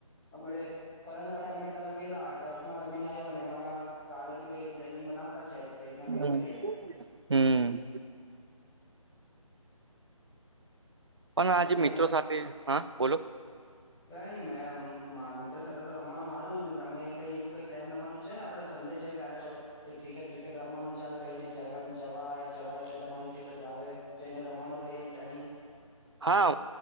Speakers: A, in the centre; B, on the right.
A: અમ પરંત વાડે અમે ટર્ફ ગેલા ટર્ફ માં રમીને આવ્યા ને હમણાં કાલે ક એ્નિ બનાવતા છે. કઈ ના કઈ
B: હમ
A: કરીએ એમ
B: હમ પણ આજે
A: તમે
B: મિત્રો સાથે હા બોલો
A: કઈ નને મેં મિત્ર સાથે તો રમવાનું હારવ જ ને તમે કઈ એવું કઈ પ્લાન તમારું છે આપડે સડે છે કાલે તો એ ક્રિકેટ વ્રિકેટ રમવાનું ચાલ કઈ નઈ જ જવા જવાય એટલે તમારીથી તો જાવ જેને રમવાનું કઈ એમ પ્લાનિંગ
B: હા